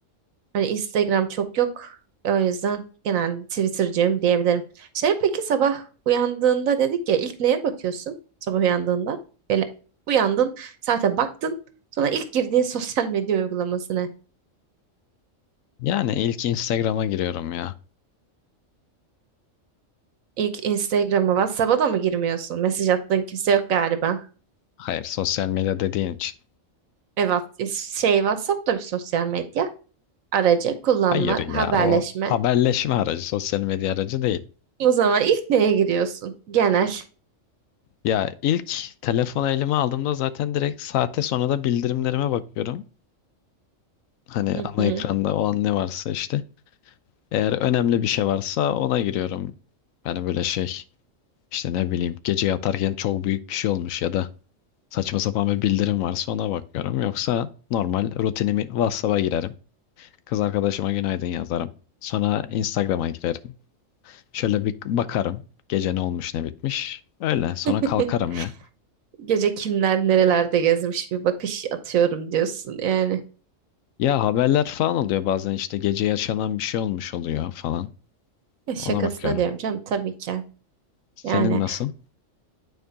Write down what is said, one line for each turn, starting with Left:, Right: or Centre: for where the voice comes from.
Right: hani Instagram çok yok. O yüzden genelde Twitter'cıyım diyebilirim. Şey peki sabah uyandığında dedik ya ilk neye bakıyorsun sabah uyandığında? Böyle uyandın, saate baktın. Sonra ilk girdiğin <laughs> sosyal medya uygulaması ne?
Left: yani ilk Instagram'a giriyorum ya.
Right: İlk Instagram'a, WhatsApp'a da mı girmiyorsun? Mesaj attığın kimse yok galiba.
Left: Hayır sosyal medya dediğin için.
Right: Evet, şey WhatsApp da bir sosyal medya aracı, kullanma,
Left: Hayır ya
Right: haberleşme,
Left: o haberleşme aracı sosyal medya aracı değil.
Right: O zaman ilk neye giriyorsun? Genel.
Left: Ya ilk telefonu elime aldığımda zaten direkt saate sonra da bildirimlerime bakıyorum. Hani
Right: Hı
Left: ana
Right: hı.
Left: ekranda o an ne varsa işte. Eğer önemli bir şey varsa ona giriyorum. Hani böyle şey işte ne bileyim gece yatarken çok büyük bir şey olmuş ya da saçma sapan bir bildirim varsa ona bakıyorum. Yoksa normal rutinimi WhatsApp'a girerim. Kız arkadaşıma günaydın yazarım. Sonra Instagram'a girerim. Şöyle bir bakarım. Gece ne olmuş ne bitmiş. Öyle sonra
Right: <laughs>
Left: kalkarım ya.
Right: Gece kimler nerelerde gezmiş bir bakış atıyorum diyorsun yani.
Left: Ya haberler falan oluyor bazen işte gece yaşanan bir şey olmuş oluyor falan.
Right: Ya şakasına
Left: Ona bakıyorum.
Right: diyorum canım tabii ki.
Left: Senin
Right: Yani
Left: nasıl?